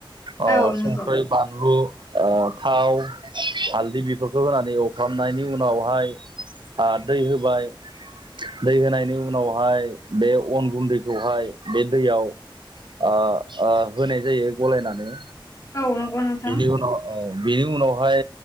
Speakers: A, on the right; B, on the left.
A: ओ
B: औ नंगौ
A: संख्रै बानलु ओ थाव हालदै बेफोरखौ होनानै एवफ्रामनायनि उनावहाय आ दै होबाय दै होनायनि उनावहाय बे अन गुन्दैखौहाय बे दैयाव आ आ होनाय जायो गलायनानै
B: औ नंगौ नोंथां
A: बिनि उनाव ओ बिनि उनावहाय